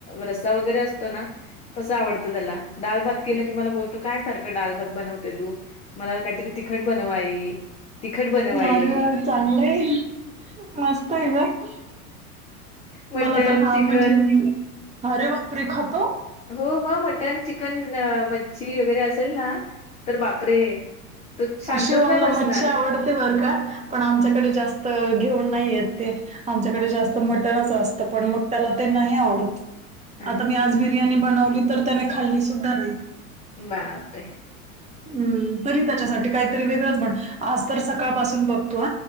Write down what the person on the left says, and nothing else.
रस्ता वगैरे असतो ना तसं आवडतं त्याला डाल भात केलं की मला बोलतो काय सारखं डाल भात बनवते तू! मला काहीतरी तिखट बनव आई तिखट बनव आई!
मटन
चिकन
हो मग मटन, चिकन, मच्छी वगैरे असेल ना तर बापरे! तो शांतच
नाही बसणार
अच्छा
बापरे!